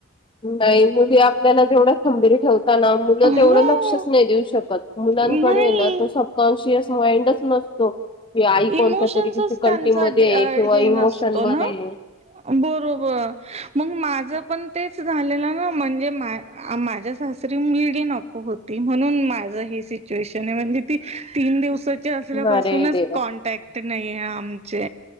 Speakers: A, on the left (about 25°); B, on the right (about 30°).
A: नाही. मुली आपल्याला जेवढ खंबिर ठेवता ना- मुलं
B: हो
A: तेवढं लक्षच नाही देऊ शकत. मुलांकडे
B: नाही
A: ए ना तसा - कॉन्शियस माइंडच नसतो. कि आई
B: इमोशन्सच
A: कोणत्या तरी डिफिकल्टी
B: त्यांचा
A: मध्ये
B: डे अ
A: ए किंवा
B: हे नसतो
A: इमोशन मध्ये
B: ना
A: ए.
B: बरोबर. मग माझं पण तेच झालेलं ना? म्हणजे मा माझ्या सासरी मुलगी नको - होती. म्हणून माझ हे सिचुएशन आहे. म्हणजे ती तीन दिवसाची असल्यापासूनच-
A: अरे देवा!
B: कॉन्टॅक्ट नाही ए आमचे.